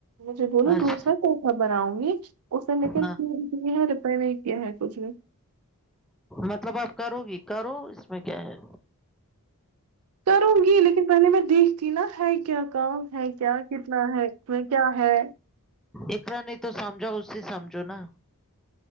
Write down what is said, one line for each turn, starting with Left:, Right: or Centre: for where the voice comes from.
Right: مجھے بولو
Centre: اچھا
Right: دوسرا کیسا بنا آؤں گی اس نے لیکن
Centre: ہاں
Right: لیل کیا ہے ریپیئر نہیں کیا ہے کچھ نے
Centre: مطلب آپ کرو گی کرو اس میں کیا ہے
Right: کروں گی لیکن پہلے میں دیکھتی نا ہے کیا کام ہے کیا کتنا ہے اس میں کیا ہے
Centre: اقرا نہیں تو سمجھاؤ اس سے سمجھو نا